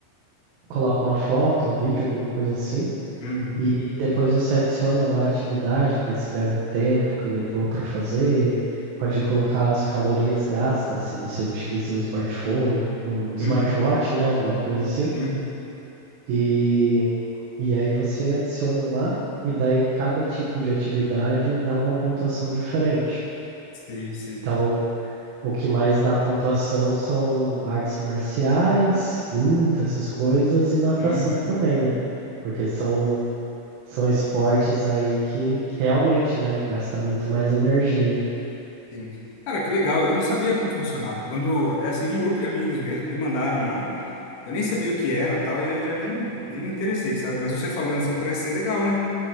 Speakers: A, on the right (about 80°); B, on the left (about 65°).
A: coloco uma foto, um vídeo, alguma coisa assim.
B: uhum,
A: E depois você adiciona lá a atividade, descreve o tempo que levou para fazer, pode colocar as calorias gastas, se você utiliza um smartphone, um smartwatch,
B: uhum.
A: né, alguma coisa assim.
B: Sim,
A: E, e aí você adiciona lá, e daí cada tipo de atividade dá uma pontuação diferente.
B: sei, sei.
A: Então, o que mais dá pontuação são artes marciais, luta, essas coisas, e natação
B: Uhum,
A: também, né? Porque são são esportes aí que, que realmente, né, gasta muito mais energia.
B: sim. Cara, que legal. Eu não sabia como funcionava. Quando, é assim, um grupo de amigos mesmo, aí mandaram lá. Eu nem sabia o que era, tal, e eu já nem, nem me interessei, sabe? Mas você falando assim, parece ser legal, né?